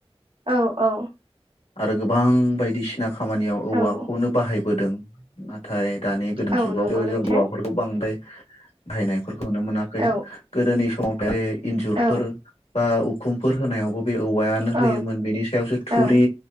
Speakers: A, on the right; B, on the left.
A: औ औ।
B: आरो गोबां बायदिसिना खामानियाव औवाखौनो
A: औ
B: बाहायबोदों नाथाय। दानि गोदान
A: औ
B: जुगावथ
A: नंगौ नोंथां
B: जों औवाफोरखौ बांद्राय बाहायनाय। फोरखौ नुनो मोनाखै
A: औ
B: गोदोनि समाव इन्जुरफोर
A: औ
B: बा उखुमफोर होनायावबो। बे औवायानो
A: औ
B: होयोमोन बेनि सायावसो। थुरि
A: औ